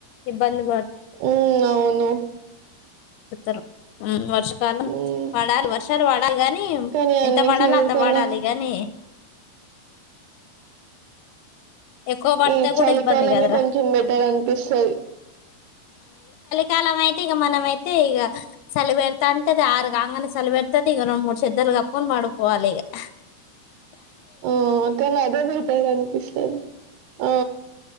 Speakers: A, on the left (about 80°); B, on the right (about 80°).
A: ఇబ్బంది పడు
B: ఉ అవును
A: తారు వర్షాకాలం
B: ఉమ్,
A: పడాలి వర్షాలు పడాలి గాని
B: కానీ
A: ఎంత
B: అన్ని
A: వాడాలో
B: సీరియల్
A: అంత
B: కన్నా
A: వాడాలి గాని ఎక్కువ పడితే
B: ఈ చలికాలమే
A: కూడా ఇబ్బంది కదరా.
B: కొంచెం బెటర్ అనిపిస్తుంది
A: కాలం అయితే ఇక మనమయితే ఇక చలి పెడత అంటేది ఆరుంగనే చలి పెడతంది ఇక రెండు మూడు చెద్దరుగా ఫోన్ పడుపోవాలి ఇక
B: ఆ కనీ అదే బేటారు అనిపిస్తది ఆ